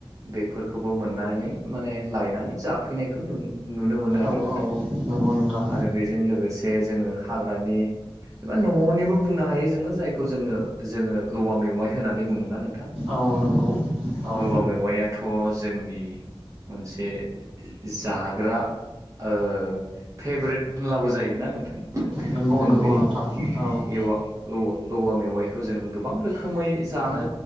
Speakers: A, on the right; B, on the right.
A: बेफोरखौबो मोननानै माने लायनानै जाफैनायखौ नुनो नुनो मोनो आरो
B: औ
A: नोंथां
B: औ नंगौ नोंथां
A: आरो बेजों लोगोसे जोङो हाग्रानि। एबा न'निबो बुंनो हायो जोङो जायखौ जोङो जोङो औवा मेवाइ होननानै बुङोना नों
B: औ नंगौ औ
A: औवा मेवायथ' जोंनि मोनसे जाग्रा ओ फेभ्रेट होनब्लाबो जायोना नोंथां।
B: नंगौ
A: जों
B: नंगौ
A: बे
B: नोंथां औ
A: एवा औ औवा मेवाइखौ जों गोबां रोखोमै जानो
B: औ